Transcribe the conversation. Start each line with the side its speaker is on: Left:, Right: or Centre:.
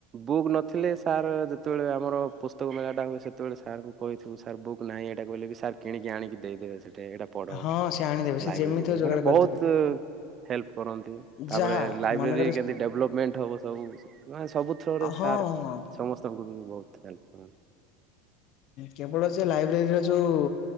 Right: ବୁକ୍ ନଥିଲେ ସାର୍ ଯେତେବେଳେ ଆମର ପୁସ୍ତକ ମେଳାଟା ହୁଏ ଯେତେବେଳେ ସାର୍ଙ୍କୁ କହିିବ ସାର୍ ବୁକ୍ ନାହିଁ ଏଇଟା କହେ ସାର୍ କିିକି ଆଣିକି ଦେଇଦେବେ ସେଠା ଗଟେ ଏଇଟା ପଢ
Left: ହଁ ସେ ଆଣିଦେବେ ସେ
Right: ଲାଇବ୍ରେରୀ
Left: ଯେମିତି
Right: ଦେ
Left: ହଉ ଯୋଗାଡ଼
Right: ମାନେ
Left: କରିଦେବେ
Right: ବହୁତ ହେଲ୍ପ କରନ୍ତି ତାପରେ
Left: ଯାହା
Right: ଲାଇବ୍ରେରୀ
Left: ମନେକର
Right: କେମିତି ଡେଭଲପମେଣ୍ଟ ହବ ସବୁ ମାନେ ସବୁ ଥ୍ରୋରେ
Left: ହଁ
Right: ସାର୍ ସମସ୍ତଙ୍କୁ ବି ବହୁତ ଖଲ କର <inaudible>
Left: କେବଳ ଯେ ଲାଇବ୍ରେରୀର ଯୋଉ